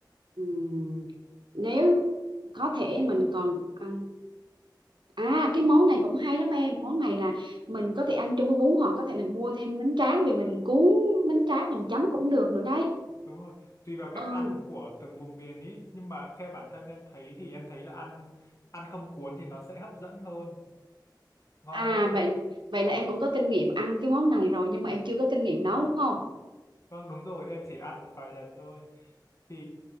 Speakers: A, on the right; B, on the left.
A: ừm, nếu có thể mình còn ăn À cái món này cũng hay lắm em Món này là mình có thể ăn chung với bún Hoặc có thể mình mua thêm bánh tráng Về mình cuốn bánh tráng mình chấm cũng được nữa đấy
B: đúng rồi tùy vào cách
A: ừ
B: ăn của từng vùng miền ý nhưng mà theo bản thân em thấy thì em thấy là ăn ăn không cuốn thì nó sẽ hấp dẫn hơn ngon
A: à
B: hơn
A: vậy vậy là em cũng có kinh nghiệm ăn cái món này rồi nhưng mà em chưa có kinh nghiệm
B: vâng
A: nấu đúng không
B: vâng, đúng rồi em chỉ ăn một vài lần thôi thì